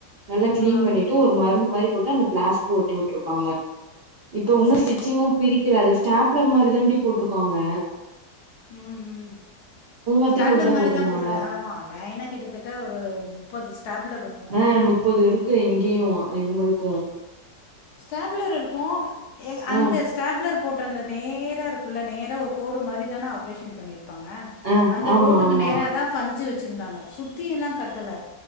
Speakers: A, on the right; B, on the left.
A: நல்லா கிளீன்
B: ஆ
A: பண்ணிட்டு ஒரு மருந்து மாரி போட்டு அந்த பிளாஸ்ட்ரு ஒட்டி உட்டுருக்காங்க இப்ப உன்னு
B: ஓ
A: ஸ்டிச்சிங்கு பிரிக்கல அது ஸ்டாப்லர் மாரி தாண்டி போட்டிருக்காங்க
B: ம் ம்
A: அத்தைக்கு
B: ஸ்டாப்ளர்
A: அப்டித்தா
B: மாரி
A: போட்ருந்தாங்களா
B: தா போட்டிரு ஆமா லைனா கிட்டத்தட்ட ஒரு முப்பது ஸ்டாப்ளர் இருக்
A: ஆ முப்பது இருக்கு இங்கேயு இவுங்களுக்கு
B: ஸ்டாப்லர் இருக்கு ஏ அந்த
A: ஆ
B: ஸ்டாப்ளர் போட்ருந்த நேரா இருக்குல்ல நேரா ஒரு கோடு மாரி தான ஆப்ரேஷன் பண்ணிருப்பாங்க
A: ஆ
B: அந்த
A: ஆமா
B: கோட்டுக்கு
A: ஆமா
B: நேரா தா பஞ்சு வச்சு ச்சுருந்தாங்க சுத்தி எல்லா கட்டல